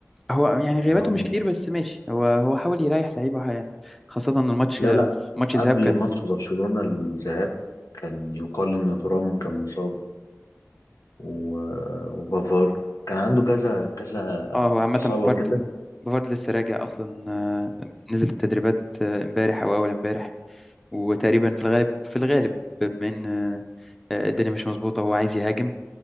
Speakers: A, in the centre; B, on the left (about 85°).
A: هو يعني غياباته
B: يعني هم
A: مش كتير بس ماشي هو هو حاول يريح لعيبه يعني خاصة ان الماتش
B: لا لا
A: ماتش الذهاب
B: قبل
A: كان
B: ماتش برشلونة الذهاب كان يقال إن ترام كان مصاب و... وبافار كان عنده كذا كذا
A: اه هو عامة
B: إصابة
A: بوفارد
B: كده
A: بوفارد لسه راجع اصلا آه، نزل التدريبات آه، امبارح او اول امبارح وتقريبا في الغالب في الغالب بما ان آه، الدنيا مش مظبوطة هو عايز يهاجم